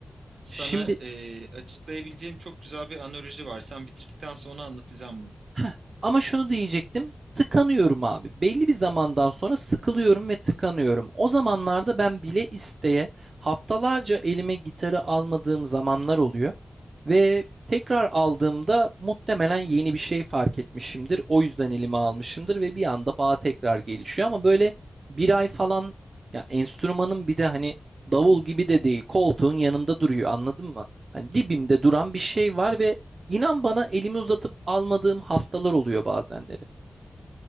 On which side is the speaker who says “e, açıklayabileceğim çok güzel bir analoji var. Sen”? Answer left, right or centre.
Right